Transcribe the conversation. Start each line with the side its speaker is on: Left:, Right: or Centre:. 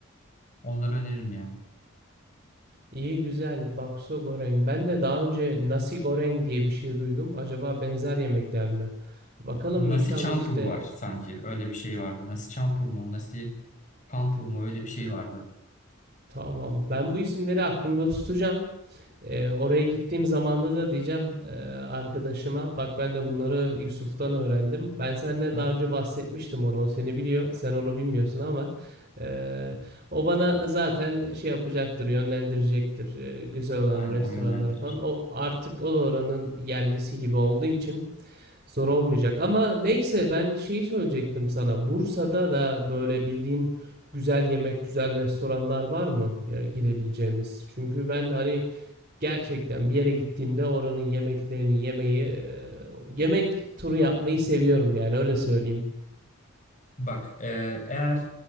Left: Onları öneririm yani.
Right: İyi güzel bakso goreng. Ben de daha önce nasi goreng diye bir şey duydum. Acaba benzer yemekler mi? Bakalım
Left: Nasi
Right: inşallah
Left: Campur
Right: işte
Left: var sanki. Öyle bir şey vardı. Nasi Campur mu? Nasi Kampur mu? Öyle bir şey vardı.
Right: Tamam. Ben bu isimleri aklımda tutacağım. Ee, oraya gittiğim zamanda da diyeceğim e, arkadaşıma bak ben de bunları Yusuf'tan öğrendim. Ben senden
Left: Heh,
Right: daha önce bahsetmiştim onu. O seni biliyor. Sen onu bilmiyorsun ama e, o bana zaten şey yapacaktır, yönlendirecektir. e, güzel olan
Left: aynen
Right: restoranlara
Left: o yönlendirir.
Right: falan. O artık o da oranın yerlisi gibi olduğu için Zor olmayacak ama neyse ben şeyi söyleyecektim sana. Bursa'da da böyle bildiğin güzel yemek, güzel restoranlar var mı ya gidebileceğimiz? Çünkü ben hani gerçekten bir yere gittiğimde oranın yemeklerini yemeyi, e, yemek turu yapmayı seviyorum yani öyle söyleyeyim.
Left: Bak e, eğer